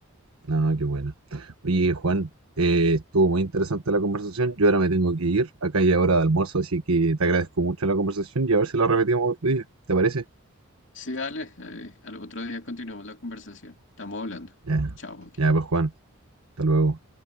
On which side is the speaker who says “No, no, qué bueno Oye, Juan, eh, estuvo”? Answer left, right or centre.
Right